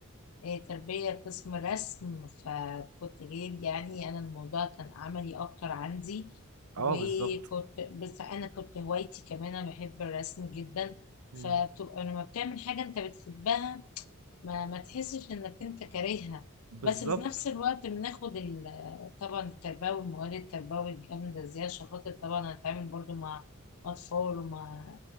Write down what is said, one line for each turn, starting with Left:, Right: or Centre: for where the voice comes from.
Left: آه، تربية قسم رسم فكنت غير يعني انا الموضوع كان عملي اكتر عندي
Right: اه
Left: وكنت
Right: بالظبط
Left: بس انا كنت هوايتي كمان انا بحب الرسم جدا فبتبقى
Right: مم.
Left: لما بتعمل حاجة انت بتحبها ما, ما تحسش انك انت كارهها
Right: بالظبط
Left: بس في نفس الوقت بناخد ال- طبعا التربوي المواد التربوي الجامدة زي عشان خاطر طبعا هنتعامل برضو مع أطفال ومع